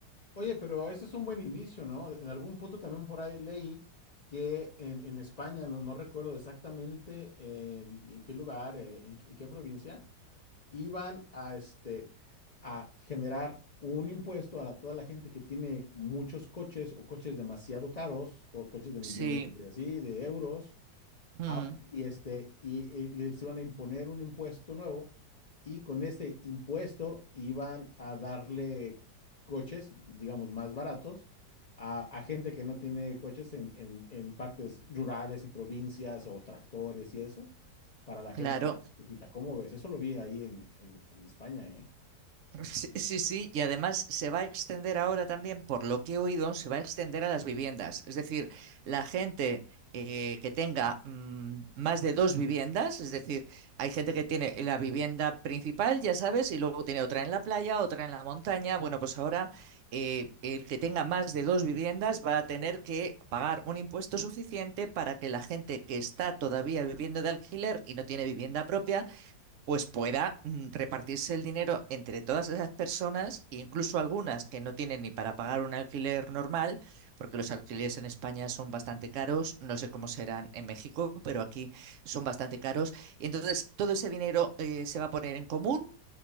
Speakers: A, on the left; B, on the right.
A: Oye, pero eso es un buen inicio, ¿no? En algún punto también por ahí leí que en, en España, no, no recuerdo exactamente en, en qué lugar, eh, en, en qué provincia, iban a, este, a generar un impuesto a la- toda la gente que tiene muchos coches o coches demasiado caros, co- coches de millones
B: Sí,
A: de así, de euros
B: mm,
A: Ah, y este, y, y les iban a imponer un impuesto nuevo, y con este impuesto iban a darle coches, digamos, más baratos a, a gente que no tiene coches en, en- en partes rurales y provincias o tractores y eso, para la
B: claro.
A: gente que necesita. ¿Cómo ves? Eso lo vi ahí en, en- en España, ¿eh?
B: Sí, sí, sí, y además se va a extender ahora también, por lo que he oído, se va a extender a las viviendas. Es decir, la gente eh, que tenga mm, más de dos viviendas, es decir, hay gente que tiene la vivienda principal, ya sabes, y luego tiene otra en la playa, otra en la montaña. Bueno, pues ahora eh, el que tenga más de dos viviendas va a tener que pagar un impuesto suficiente para que la gente que está todavía viviendo de alquiler y no tiene vivienda propia pues pueda mm, repartirse el dinero entre todas esas personas, incluso algunas que no tienen ni para pagar un alquiler normal, porque los alquileres en España son bastante caros, no sé cómo serán en México, pero aquí son bastante caros. Y entonces todo ese dinero eh, se va a poner en común